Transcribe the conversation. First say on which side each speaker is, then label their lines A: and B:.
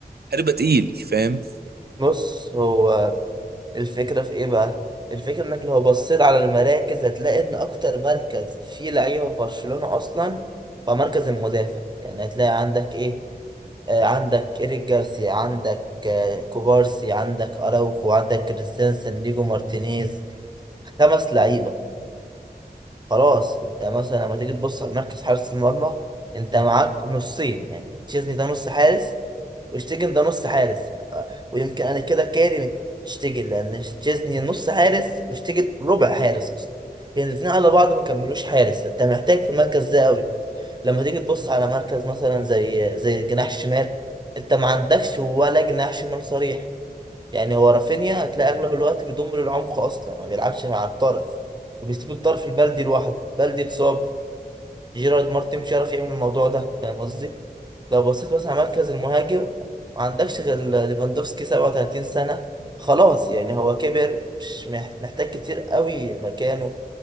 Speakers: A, on the right; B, on the right.
A: هتبقى تقيل فاهم
B: بص هو الفكرة في ايه بقى؟ الفكرة انك لو بصيت على المراكز هتلاقي ان اكتر مركز فيه لعيبة في برشلونة اصلا هو مركز المدافع يعني هتلاقي عندك ايه؟ آه، عندك إيريك جارسيا عندك آه، كوبارسي عندك أراوخو عندك كريستنسن ليجو مارتينيز خمس لعيبة خلاص انت مثلا لما تيجي تبص على مركز حارس المرمى انت معاك نصين يعني تشيزني ده نص حارس وشتيجن ده نص حارس اه، ويمكن انا كده كارم شتيجن لان تشيزني نص حارس وشتيجن ربع حارس اصلا يعني الاثنين على بعض ما كملوش حارس انت محتاج في المركز ده قوي لما تيجي تبص على مركز مثلا زي زي الجناح الشمال انت ما عندكش ولا جناح شمال صريح يعني هو رافينيا هتلاقي اغلب الوقت بيضم للعمق اصلا ما بيلعبش مع الطرف وبيسيب الطرف البلدي لوحده بلدي اتصاب جيرارد مارتن مش عارف يعمل الموضوع ده فاهم قصدي لو بصيت مثلا على مركز المهاجم ما عندكش غير ليفاندوفسكي 37 سنة خلاص يعني هو كبر مش مح- محتاج كتير قوي مكانه